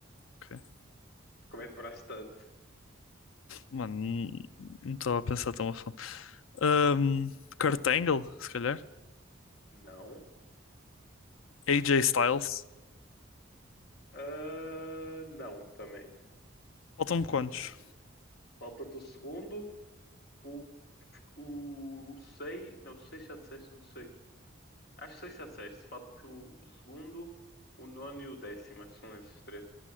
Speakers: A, on the left; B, on the left.
A: Ok.
B: Como é que demoraste tanto?
A: Mano, não- não estava a pensar tão a fundo. Ahm, Kurt Angle, se calhar.
B: Não.
A: AJ
B: Deixa-
A: Styles.
B: Ah, não, também.
A: Faltam-me quantos?
B: Falta-te o segundo. O, o, o sei. Não, sei se já disseste, não sei. Acho que sei se já disseste. Falta-te o, o segundo, o nono e o décimo. Acho que são esses três.